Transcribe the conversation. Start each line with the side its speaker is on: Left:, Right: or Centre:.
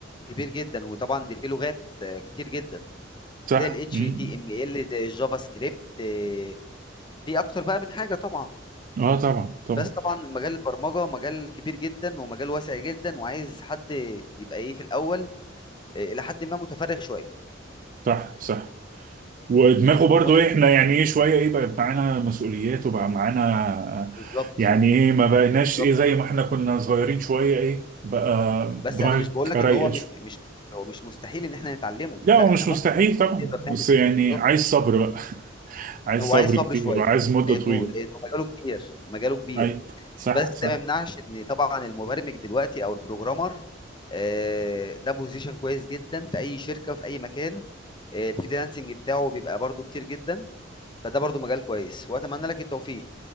Left: كبير جدا وطبعا دي في لغات آه، كتير جدا
Right: صح
Left: زي ال HTML
Right: مم.
Left: زي الجافا سكريبت آه، في اكتر بقى من حاجة طبعا
Right: آه طبعا طبعا
Left: بس طبعا مجال البرمجة مجال كبير جدا ومجال واسع جدا وعايز حد يبقى ايه في الاول آه، الى حد ما متفرغ شوية
Right: صح صح ودماغه
Left: لان بيبقى
Right: برضو
Left: متعب
Right: إيه، احنا يعني ايه شويه ايه بقى معانا مسؤوليات وبقى معانا
Left: بالظبط
Right: يعني ايه ما بقيناش
Left: بالظبط
Right: ايه زي ما احنا كنا صغيرين شويه ايه بقى
Left: بس
Right: دماغك
Left: انا مش بقول لك
Right: رايقه
Left: ان هو مش
Right: شويه
Left: مش هو مش مستحيل ان احنا نتعلمه
Right: لا
Left: لا
Right: هو
Left: احنا
Right: مش
Left: ممكن
Right: مستحيل
Left: نقدر
Right: طبعا بس
Left: نعمل
Right: يعني
Left: كده بالظبط
Right: عايز صبر بقى عايز
Left: هو
Right: صبر
Left: عايز صبر
Right: كتير
Left: شوية
Right: وعايز مده
Left: لانه
Right: طويله
Left: لانه مجاله كبير مجاله كبير
Right: اي صح
Left: بس
Right: صح
Left: ده ما يمنعش إن طبعًا المبرمج دلوقتي أو الprogrammer آآ، ده position كويس جدًا في أي شركة وفي أي مكان، آآ الfreelancing بتاعه بيبقى برضه كتير جدًا، فده برضه مجال كويس، وأتمنى لك التوفيق،